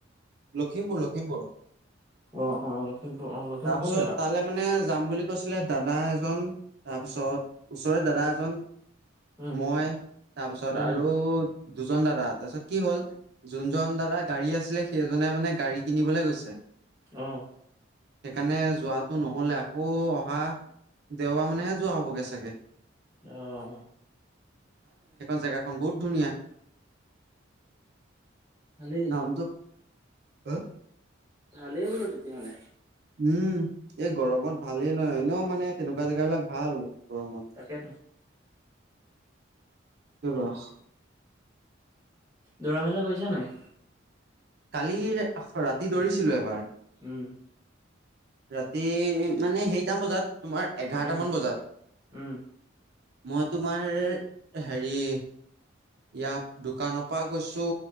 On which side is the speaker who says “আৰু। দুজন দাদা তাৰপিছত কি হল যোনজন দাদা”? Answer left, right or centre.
Right